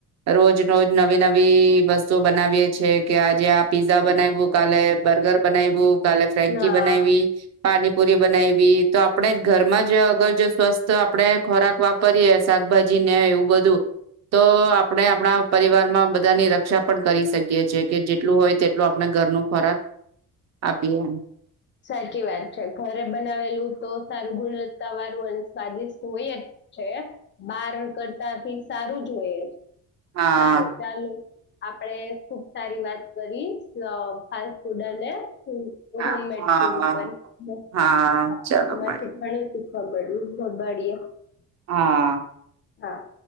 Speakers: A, on the right (about 45°); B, on the left (about 30°).
A: રોજ રોજ નવી નવી વસ્તુઓ બનાવીએ છીએ કે આજે આ પીઝા બનાવું કાલે બર્ગર બનાવ્યું કાલે ફ કે
B: હા
A: બનાવી પાણીપુરી બનાયવી તો આપણે ઘરમાં જ અગર જો સ્વસ્થ આપણે ખોરાક વાપરીએ શાકભાજી ને એવું બધું તો આપણે આપણા પરિવારમાં બધાની રક્ષા પણ કરી શકીએ છે કે જેટલું હોય તેટલું આપણે ઘરનું ખોરાક આપીએ એમ
B: સાચી વાત છે ઘરે બનાવેલું તો સારું ગુણવ તમારું <inaudible> સ્વાદિષ્ટ હોય જ છે બાર કરતાથી સારું જ હોયે
A: હા
B: સારું ચાલુ આપડે ખુબ સારી વાત કરી ફાસ્ટ ફૂડ અને હ
A: હા
B: હોમમેડ ઉપર
A: હા
B: <inaudible>
A: ચલો
B: આમાંથી
A: મળીએ
B: પણ <inaudible>
A: હા
B: હા